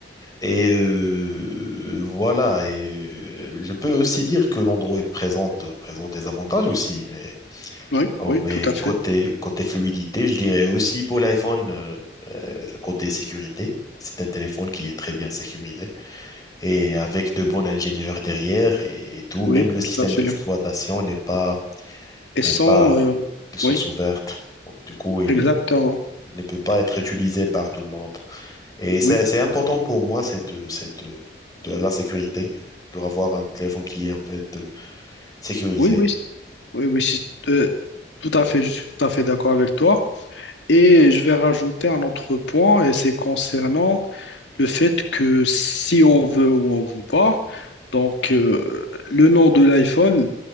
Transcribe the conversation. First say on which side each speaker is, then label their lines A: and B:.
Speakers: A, on the left (about 20°); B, on the left (about 80°).
A: Et euh, voilà, et euh, je peux aussi dire que l'Android présente, présente des avantages aussi, mais,
B: Oui,
A: or,
B: oui,
A: mais
B: tout à fait.
A: côté, côté fluidité, je dirais aussi pour l'iPhone, euh, euh, côté sécurité, c'est un téléphone qui est très bien sécurisé et avec de bons ingénieurs derrière et, et tout,
B: Oui,
A: même le système
B: tout à fait.
A: d'exploitation n'est pas,
B: Et
A: n'est
B: sans...
A: pas
B: euh,
A: de source
B: oui,
A: ouverte. Bon, Du coup, il
B: exactement.
A: ne peut pas être utilisé par tout le monde. Et c'est
B: Oui,
A: c'est important pour moi, cette, euh, cette, euh, de la sécurité, de avoir un téléphone qui est en fait euh, sécurisé.
B: oui, oui. Oui, oui, si- euh, tout à fait, je suis tout à fait d'accord avec toi. Et je vais rajouter un autre point, et c'est concernant le fait que si on veut ou on veut pas, donc euh, le nom de l'iPhone,